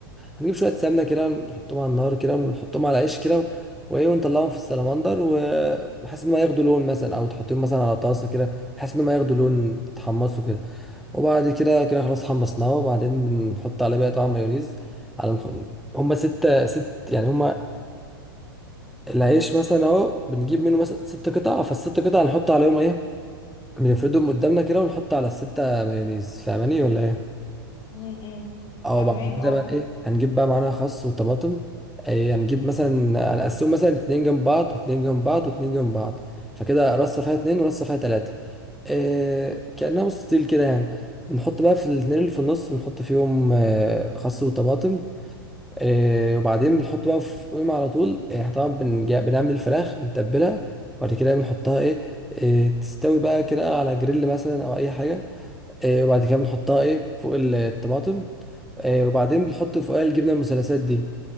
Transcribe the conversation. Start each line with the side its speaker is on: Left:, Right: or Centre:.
Centre: هنجيب شويه سمنه كده نحطهم على النار كده ونحطهم على العيش كده وايه ونطلعهم في السلمندر وبحيث ان ما ياخدوا لون مثلا او تحطهم مثلا على طاسه كده بحيث ان ما ياخدوا لون تحمصوا كده وبعد كده كده خلاص حمصناه وبعدين بنحط عليه بقى طبعا مايونيز على نح- هما ستة ست يعني هما العيش مثلا اهو بنجيب منه مثلا ست قطع فالست قطع نحط عليهم ايه بنفردهم قدامنا كده ونحط على الستة مايونيز فاهماني ولا ايه
Left: مم. مم.
Centre: او
Left: فاهماك
Centre: بعد
Left: اه
Centre: كده بقى ايه هنجيب بقى معانا خس وطماطم ايه هنجيب مثلا هنقسمهم مثلا اتنين جنب بعض واتنين جنب بعض واتنين جنب بعض فكده رصة فيها اتنين ورصة فيها تلاتة إيه كأنها مستطيل كده يعني بنحط بقى في الاتنين اللي في النص بنحط فيهم اه، خس وطماطم آه وبعدين بنحط بقى في قيمة على طول آه، احنا طبعا بنجا- بنعمل الفراخ بنتبلها وبعد كده بنحطها ايه آه تستوي بقى كده على جريل مثلا او اي حاجة آه وبعد كده بنحطها ايه فوق ال- الطماطم آه وبعدين بنحط فوقها الجبنة المثلثات دي